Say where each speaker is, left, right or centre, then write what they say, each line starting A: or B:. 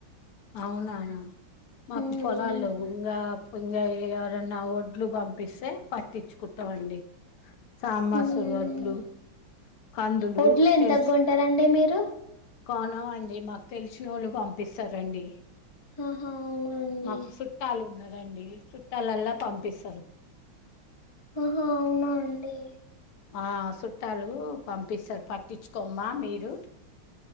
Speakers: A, on the left (about 90°); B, on the left (about 15°).
A: అవునా మాకు
B: ఉమ్
A: పొలాలు
B: అవునండి
A: లెవ్వు ఇంగ ఇంగ ఎవరన్న ఒడ్లు పంపిస్తే పట్టిచుకుంటమండి. సామాసుల్
B: ఉమ్
A: వడ్లు కందులు
B: వడ్లు ఎంతకు
A: తెల్చ్
B: కొంటారండి మీరు
A: కొనమండి మాక్ తెల్సినోళ్ళు పంపిస్తారండి.
B: ఆహా అవునా అండి
A: మాకు సుట్టాలు ఉన్నరండి చుట్టాలల్ల పంపిస్తరు.
B: ఓహో అవునా అండి.
A: ఆ సుట్టాలు పంపిస్తరు పట్టిచుకోమ్మ మీరూ